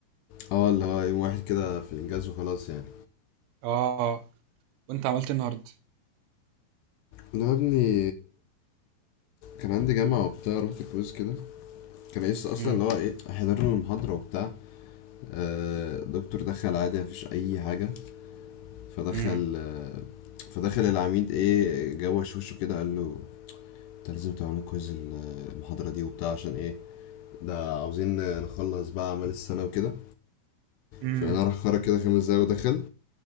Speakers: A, on the left; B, on the right.
A: اه اللي هو يوم واحد كده في الانجاز وخلاص يعني
B: اه وانت عملت إيه النهارده
A: لا يا ابني كان عندي جامعة وبتاع رحت كويز كده كان نفسي أصلا
B: امم
A: اللي هو إيه أحضر له المحاضرة وبتاع آه، دكتور دخل عادي مفيش أي حاجة فدخل
B: امم
A: آه، فدخل العميد إيه جوش وشه كده قال له أنت لازم تعمل كويز ال- المحاضرة دي وبتاع عشان إيه ده عاوزين نخلص بقى أعمال السنة وكده
B: امم
A: فأنا راح خرج كده خمس دقايق ودخل